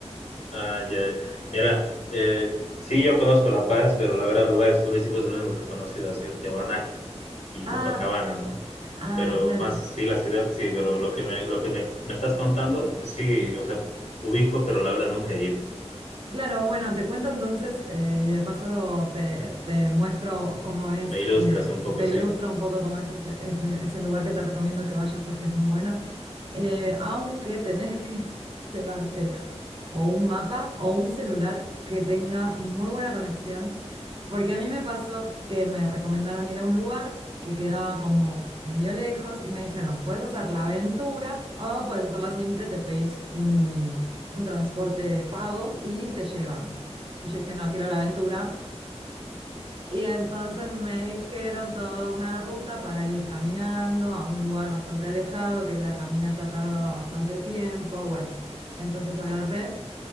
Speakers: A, on the left (about 85°); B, on the right (about 50°).
A: ah, ya, mira, eh, sí, yo conozco La Paz, pero la verdad, lugares turísticos, lo único que he conocido ha sido Tiahuanaco y Copacabana,
B: Ah,
A: ¿no?
B: ah,
A: Pero
B: claro.
A: más, sí, la ciudad, sí, pero lo que me, lo que me, me estás contando, sí, o sea, ubico, pero la verdad nunca he ido.
B: Claro, bueno, te cuento entonces eh, y de paso te, te muestro cómo es,
A: Me ilustras
B: eh,
A: un poco,
B: te
A: sí.
B: ilustro un poco cómo es ese, ese- ese lugar que te recomiendo que vayas porque es muy bueno. Eh, aunque tenés que <laughs> llevarte o un mapa o un celular que tenga muy buena conexión, porque a mí me pasó que me recomendaron ir a un lugar que quedaba como medio lejos y me dijeron, puedes hacer la aventura o puedes hacerla simple, te pedís un transporte pago y te llevan. Y yo dije, no, quiero la aventura. Y entonces me dijeron toda una ruta para ir caminando a un lugar bastante alejado, que la caminata tardaba bastante tiempo. Bueno, entonces agarré,